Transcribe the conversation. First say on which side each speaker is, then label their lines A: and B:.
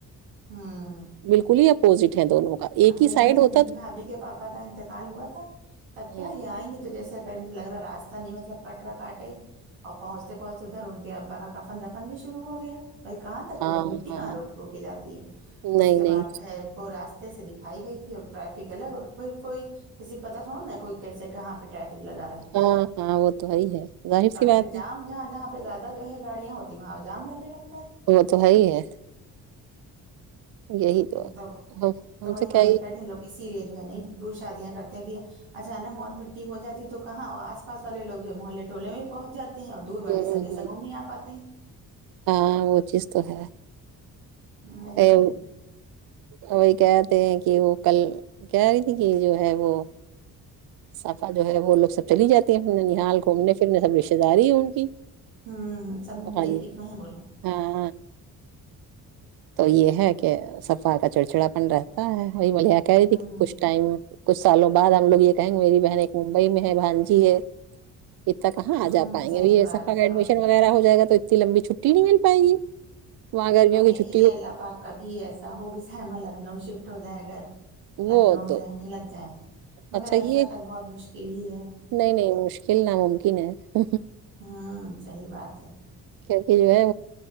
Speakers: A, on the right; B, on the right.
A: ہاں
B: بالکل ہی اپوزٹ ہے دونوں کا ایک
A: میرے
B: ہی
A: وہاں
B: سائڈ
A: جب
B: ہوتا
A: میری
B: تو
A: بھابھی کے پاپا کا انتقال ہوا تھا تب کیا
B: ہاں
A: یہ آئیں گی تو جیسے پہلے تو لگ رہا راستہ نہیں مطلب کٹرا کاٹے اور پہنچتے پہنچتے ادھر ان کے ابا کا کفن دفن بھی شروع ہو گیا بھائی کہاں وہ
B: ہاں
A: مٹی
B: ہاں
A: کہاں ر روک جاتی ہے
B: نہیں
A: اس کے
B: نہیں
A: بعد جو ہے ان کو راستے سے دکھائی گئی تھی اور ٹریفک الگ اور کوئی کوئی کسی پتا تھوڑا نا کوئی کیسے کہاں پہ ٹریفک لگا رہے
B: ہاں ہاں وہ تو ہے ہی ہے ظاہر
A: سڑکیں
B: سی بات
A: جام
B: ہے
A: جہاں جہاں پہ زیادہ جو ہے گاڑیاں ہوتی وہاں جام لگنے لگتا ہے
B: وہ تو ہے ہی ہے یہی تو
A: تو
B: ہم ہم
A: وہی
B: سے
A: ممی
B: کیا ہی
A: کہتے ہیں لوگ اسی لیے جو ہے نہیں دور شادیاں کرتے ہیں کہ اچانک موت مٹی ہو جاتی تو کہاں اور آس پاس والے لوگ جو ہے محلے ٹولے میں بھی پہنچ جاتے ہیں اور دور والے
B: ہوں
A: سگے
B: ہوں
A: سگم نہیں آ پاتے ہیں
B: ہاں وہ چیز تو ہے
A: وہی
B: ہے
A: چیز
B: وہ
A: ہوں
B: وہی کہتے ہیں کہ وہ کل کہہ رہی تھی کہ جو ہے وہ صفہ جو ہے وہ لوگ سب چلی جاتی ہیں نحال گھومنے پھرنے سب رشتتے داری ہے ان کی
A: ہاں ہاں سب ممبئی
B: خالی
A: کتنے ہے بولو
B: ہاں تو یہ ہے کہ صفا کا چڑچڑاپن رہتا ہے وہی میں یہ کہہ رہی تھی
A: ہوں
B: کچھ ٹائم کچھ سالوں بعد ہم لوگ یہ کہیں گے میری بہن ایک ممبئی میں ہے بھانجی ہے اتنا کہاں آ
A: ہوں
B: جا پائیں
A: صحیح
B: گے یہ
A: بات
B: صفہ کا
A: ہے
B: ایڈمیشن
A: اور کیا
B: وغیرہ ہو جائیگا تو اتنی لمبی چھٹی چھٹی نہیں مل پائے گی وہاں گرمیوں
A: اب
B: کی
A: یہی
B: چھ
A: ہے اللہ پاک کبھی ایسا ہو کے صحیح بھی لکھنؤ شفٹ ہو جائے اگر
B: وہ
A: لکھنؤ میں
B: تو
A: رہنے لگ جائے مگر
B: اچھا
A: ایسا
B: یہ
A: خیر بہت مشکل ہی ہے
B: نہیں نہیں مشکل ناممکن ہے
A: ہوں صحیح بات ہے
B: کیونکہ جو ہے